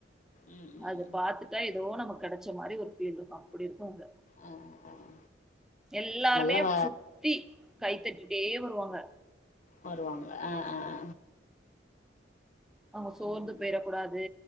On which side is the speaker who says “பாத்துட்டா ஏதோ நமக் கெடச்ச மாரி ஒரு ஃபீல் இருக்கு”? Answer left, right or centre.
Centre